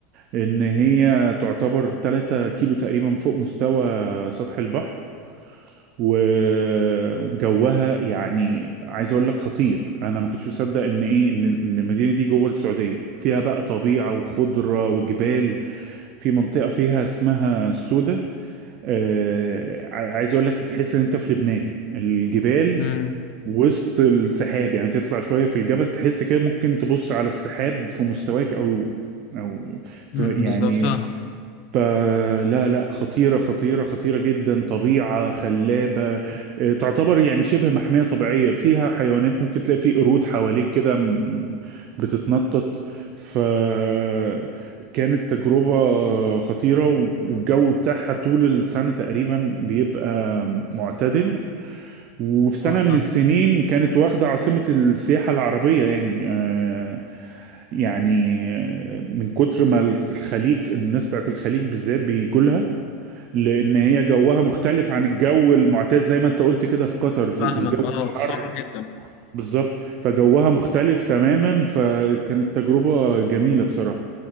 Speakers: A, on the right (about 50°); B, on the left (about 55°).
A: ان هي تعتبر 3 كيلو تقريبا فوق مستوى سطح البحر وجوها يعني عايز اقول لك خطير انا ما كنتش مصدق ان ايه ان ان المدينه دي جوه السعوديه فيها بقى طبيعه وخضره وجبال في منطقه فيها اسمها السودة آه عايز اقول لك تحس ان انت في لبنان الجبال
B: امم
A: وسط السحاب يعني تطلع شويه في الجبل تحس كده ممكن تبص على السحاب في مستواك او او في
B: امم
A: يعني
B: بالظبط فاهمه
A: فلا لا خطيرة خطيرة خطيرة جدا طبيعة خلابة آه، تعتبر يعني شبه محمية طبيعية فيها حيوانات ممكن تلاقي فيه قرود حواليك كده م- بتتنطط فكانت تجربة خطيرة والجو بتاعها طول السنة تقريبا بيبقى معتدل وفي سنة
B: اه فاهم
A: من السنين كانت واخدة عاصمة السياحة العربية يعني آه، يعني آه، من كتر ما الخليج الناس بتاعت الخليج بالذات بيجولها لان هي جوها مختلف عن الجو المعتاد زي ما انت قلت كده في قطر في
B: فاهمك
A: الجو
B: اه
A: الحر
B: حر جدا
A: بالظبط فجوها مختلف تماما فكانت تجربة جميلة بصراحة